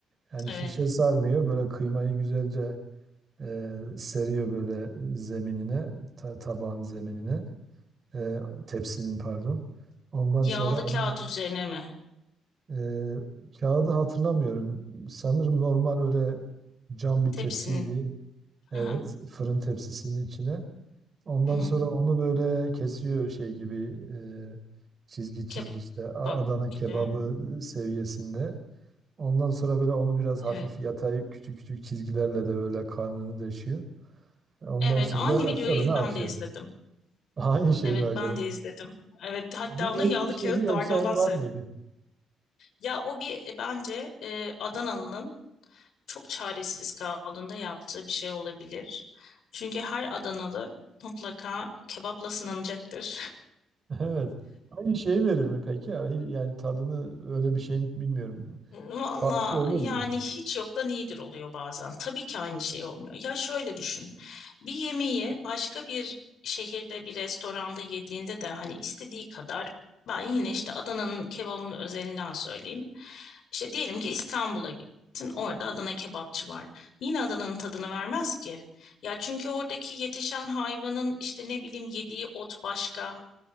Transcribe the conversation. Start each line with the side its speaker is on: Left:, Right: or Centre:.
Right: Yani
Left: evet.
Right: şişe sarmıyor. Böyle kıymayı güzelce e, seriyor böyle zeminine, ta- tabağın zeminine, e, tepsinin pardon. Ondan
Left: Yağlı
Right: sonra onu
Left: kağıt üzerine mi?
Right: Ee, kağıdı hatırlamıyorum. Sanırım normal öyle cam bir
Left: Tepsinin.
Right: tepsiydi. Evet,
Left: Hı
Right: fırın tepsisinin içine. Ondan
Left: Hı hı.
Right: sonra onu böyle kesiyor şey gibi e, çizgi çizgi
Left: Kebap
Right: işte A- Adana kebabı
Left: gibi.
Right: seviyesinde. Ondan sonra böyle onu biraz hafif
Left: Evet.
Right: yatayıp küçük küçük çizgilerle de böyle karnını deşiyor. Ondan
Left: Evet,
Right: sonra
Left: aynı videoyu
Right: fırına
Left: ben
Right: atıyor.
Left: de izledim.
Right: <laughs> Aynı şey
Left: Evet,
Right: mi acaba?
Left: ben de izledim. Evet, hatta
Right: Bu
Left: onda
Right: yeni
Left: yağlı
Right: bir şey
Left: kağıt
Right: mi yoksa
Left: da vardı, ondan
Right: hep var
Left: söyledim.
Right: mıydı?
Left: Ya o bir e, bence e, Adanalı'nın çok çaresiz kaldığında yaptığı bir şey olabilir. Çünkü her Adanalı mutlaka kebapla sınanacaktır.
Right: <laughs> Evet. Aynı şeyi verir mi peki? Yani yani tadını öyle bir şeyin bilmiyorum.
Left: Valla
Right: Farkı olur
Left: yani
Right: mu?
Left: hiç yoktan iyidir oluyor bazen. Tabii ki aynı şey olmuyor. Ya şöyle düşün. Bir yemeği başka bir şehirde bir restoranda yediğinde de hani istediği kadar ben yine işte Adana'nın kebabının özelinden söyleyeyim. İşte diyelim ki İstanbul'a gittin. Orada Adana kebapçı var. Yine Adana'nın tadını vermez ki. Ya çünkü oradaki yetişen hayvanın işte ne bileyim yediği ot başka.